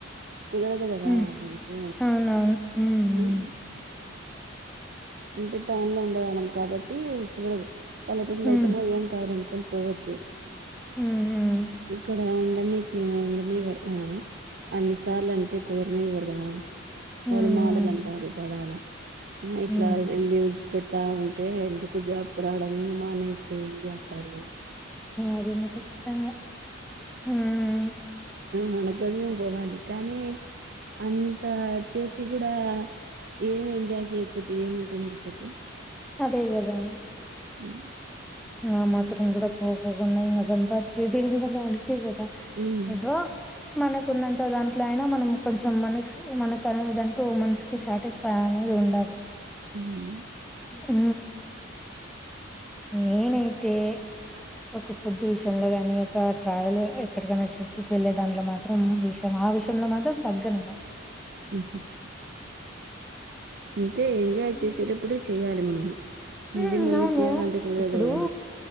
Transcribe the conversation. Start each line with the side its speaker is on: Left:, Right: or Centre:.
Right: కుదరదు కదా
Centre: హు
Right: మనకు
Centre: అవునవును మ్
Right: హ్మ్.
Centre: మ్
Right: అంటే టౌన్ లో ఉండే వాళ్ళం కాబట్టి టి కుదురదు పల్లెటూర్ల
Centre: హ్మ్.
Right: అయితేనా ఏం కాాదనుకు పోవచ్చు
Centre: హ్మ్. హ్మ్.
Right: ఇక్కడ అన్నిటికి లీవ్ పెడతాం కదా అన్నిసార్లు అంటే కుదరనివ్వరు కదా
Centre: హ్మ్.
Right: వాళ్ళు మాటలు అంటారు పడాల మోతీ ఇట్లా
Centre: హ్మ్.
Right: లీవల్స్ పెడతా ఉంటే ఎందుకు జాబ్ కు రావడము మానేస్యండి అంటారు మనల్ని
Centre: అదేమో ఖచ్చితంగా మ్
Right: మనకేమో పోవాలి కానీ అంత చేసి కూడా ఏం ఎంజాయ్ చేయ కపోతే ఏముంటుంది చెప్పు
Centre: అదే కదా
Right: మ్
Centre: ఆ మాత్రం కూడా పోపోకున్నా ఇ సపాదించింది ఇదా అ అంతే గదా
Right: హ్మ్.
Centre: ఏదో మనకు ఉన్నంత దాంట్లో అయినా మనం కొంచెం మనసు మనకు అనేదంటూ మనిషికి సాటిస్ఫై అనేది ఉండాలి
Right: హ్మ్.
Centre: అ మ్ నేనైతే ఒక ఫుడ్ విషయంలో గాని ఒక ట్రావెల్ ఎక్కడికైనా ట్రిప్పు కి వెళ్ళే దానిట్లో మాత్రం విషయం ఆ విషయంలో మాత్రం తగ్గను ఇంగ
Right: ఊహు అంతే ఎంజాయ్
Centre: హ్మ్.
Right: చేసేటప్పుడే చెయాలి మనం మళ్ళీ
Centre: హ్మ్.
Right: మళ్ళీ
Centre: అవును.
Right: చెయాలంటే కుదరదు
Centre: ఇప్పుడు
Right: కదా